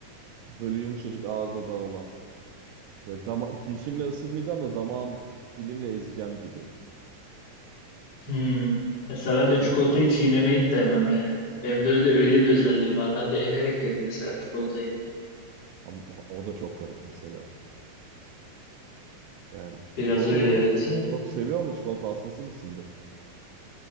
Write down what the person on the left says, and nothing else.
Hmm. Mesela
ben de çikolatayı çiğnemeyi sevmem yani. Benim de öyle, öyle bir özelliğim var. Ben de emerek yerim mesela çikolatayı.
Biraz
öyle
evet ya.